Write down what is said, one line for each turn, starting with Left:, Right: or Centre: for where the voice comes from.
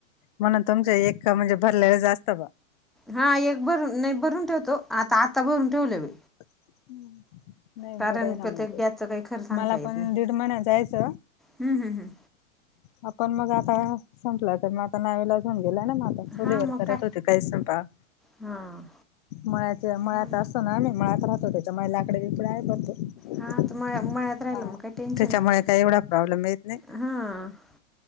Left: म्हणून तुमच एक म्हणजे भरलेलच आसत ब्वा.
Centre: हां. एक भरून, नाही भरून ठेवतो. आता आत्ता भरून ठेवलं मी.
Left: हम्म. नाही
Centre: कारण
Left: बरं आहे ना
Centre: क
Left: म ते.
Centre: गॅसचं काही खरं सांगता
Left: मला
Centre: येत
Left: पण
Centre: नाही
Left: दीड महिना जायच-
Centre: हम्म, हम्म, हम्म.
Left: आ पण मग आता, संपलाए तर मग आता नावीलाज होऊन गेलाय ना माझ- चूलीवर
Centre: हां मग
Left: करत
Centre: काय
Left: होते काही स्वयंपाक.
Centre: हां
Left: मळ्याच्या मळ्यात
Centre: हां
Left: अस - -तो ना आम्ही? मळ्यात राहतो त्याच्यामुळे लाकड बिकडे आहे भरपूर.
Centre: हां तर मळ्या मळ्यात राहिलं
Left: हां.
Centre: मग काही टेन्शन
Left: त्याच्यामुळे
Centre: नाही
Left: काही एवढा प्रॉब्लेम येत नाही.
Centre: हां हां